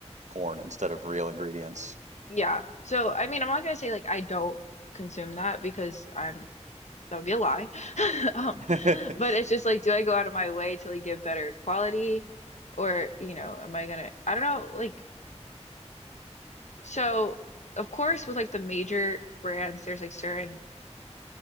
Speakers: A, on the right; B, on the left.
A: corn instead of real ingredients.
B: Yeah. So I mean, I'm not gonna say like I don't consume that because I'm that would be a lie. <laughs> Um,
A: <laughs>
B: but it's just like, do I go out of my way to like get better quality, or you know, am I gonna? I don't know. Like, so of course, with like the major brands, there's like certain